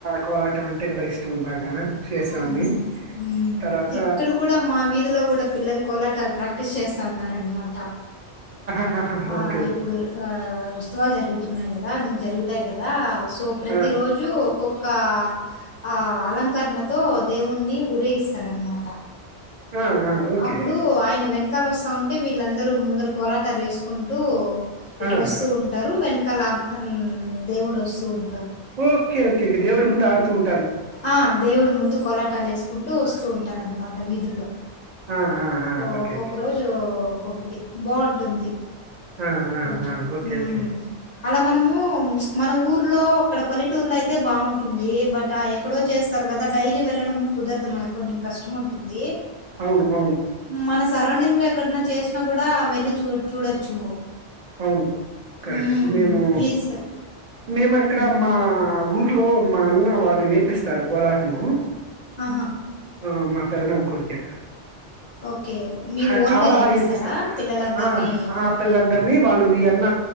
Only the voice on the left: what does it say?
హ్మ్. హ్మ్.
ఇక్కడ కూడా మా వీధిలో కూడా పిల్లలు కోలాటాలు ప్రాక్టీస్ చేస్తా ఉన్నారనమాట
ఆ! ఇప్పుడు ఆ ఉత్సవాలు జరుగుతున్నాయి కదా, జరుగుతాయి కదా, సో ప్రతి
రోజు ఒక్కొక్క ఆ అలంకరణతో దేవుణ్ణి ఊరేగిస్తారన్నమాట
అప్పుడు ఆయన వెనకాల వస్తా ఉంటే వీళ్ళందరూ ముందర కోలాటాలు వేసుకుంటూ, ఇట్లా
వస్తూ ఉంటారు వెనకాల అన్ దేవుడు వస్తూ ఉం
ఆ దేవుడు ముందు కొలాటాలు వేసుకుంటూ వస్తూ ఉంటారనమాట వీధుల్లో
ఓ
ఒక్కొక్క
రోజు ఒక్కొక్కటి, బాగుంటుంది
కొంచెం
ఉమ్
అలా మనము మన ఊర్లో అక్కడ పల్లెటూర్లో అయితే బాగుంటుంది బట్ ఆ ఎక్కడో చేస్తారు కద్ ద డైలీ వెళ్ళడం కుదరదు మనకు కొంచెం కష్టం ఉంటుంది
మన సరౌండింగ్ లో ఎక్కడన్నా చేసినా కూడా వెళ్ళి చూ చూడొచ్చు
హ్మ్
ఈ సార్
హ్మ్
ఆహా
ఓకే మీరు
ఓన్
గా చేపిస్తారా
పిల్లలందరినీ
ఫోన్